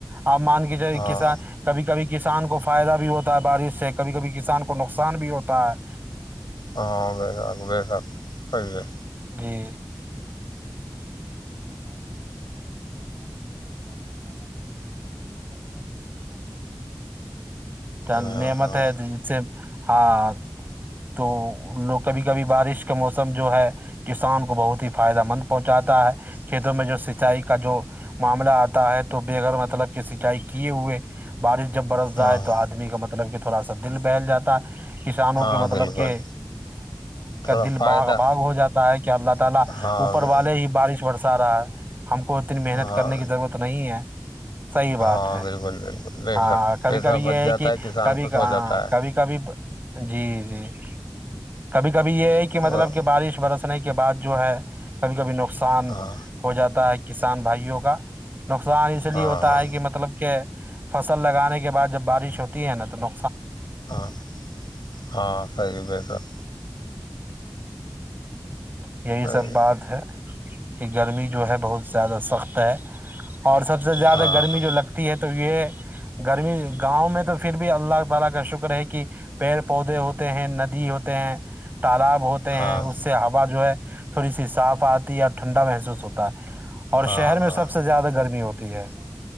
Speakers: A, on the right; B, on the left.
A: آپ مان کے جے
B: ہاں
A: کس کبھی کبھی کسان کو فائدہ بھی ہوتا ہے بارش سے کبھی کبھی کسان کو نو نقصان بھی ہوتا ہے
B: ہاں ب آاک ب رااک صی ہے
A: جی <unintelligible> چل
B: ہاں
A: نیمت
B: ہاں
A: ہے ج سے ہاں تو لوگ کبھی کبھی بارش کا موسم جو ہے کسان کو بہت ہی فائدہ مند پہنچاتا ہے کھیتوں میں جو شکا چائی کا جو م آتا ہے تو بےغیر مطلب کہ سنچائی کی ے ہوئے بارش جب برس جائے
B: ہاں ہاں
A: تو آدمی کا مطلب مطب کہ تھوڑا دل بہل جاتا ہے کسانوں
B: ہاں
A: کے متلب
B: بالکل
A: کے
B: تھوڑا
A: دل
B: فائدہ
A: باغ ہو جاتا ہے اللہ کا
B: ہاں
A: اوپر والے ہی بارش برسا رہا ہے ہم کو اتنی محنت
B: ہاں
A: کرنے کی ضرورت نہیں ہے صحیح بات
B: ہاں
A: ہے
B: بالکل بالکل بے
A: ہاں
B: شک
A: کبھی
B: پیسہ
A: کبھی یہ
B: بچ
A: ہے
B: جاتا
A: کہ
B: کسان
A: کبھی
B: خوش ہو جاتا ہے
A: کبھی کبھی جی جی کبھی کب یہ ہے کہ مطلب
B: اور
A: کہ بارش برس نے کے بعد جو ہے کبھی کبھی ن نقصان
B: ہاں
A: ہو جاتا ہے کہ کسان بھائیوں کا نقصان اس
B: ہاں
A: لیے ہوتا
B: ہاں
A: ہے کہ مطلب کہ فصل لگانے کے بعد جب بارش ہوتی ہے نا تو ن
B: ہاں ہاں صحیح بی سک
A: یہ
B: صحیح
A: سب بات ہے کہ گرمی جو ہے بہت زیادہ سخت ہے اور سب سے زیادہ
B: ہاں
A: گرمی
B: ہاں
A: جو لگتی ہے تو یہ گرمی گاؤں میں تو پھر بھی اللہ وال کا شکر ہے کہ پیڑ پودے ہوتے ہیں ندی ہوتے ہیں تالاب ہوتے ہیں
B: ہاں
A: اس سے ہوا جو ہے تھوڑی سی صاف آتی ہے اور ٹھنڈا محسوس ہوتا ہے اور
B: ہاں
A: شہر میں
B: ہاں
A: سب سے زیادہ گرمی ہوتی ایا <unintelligible>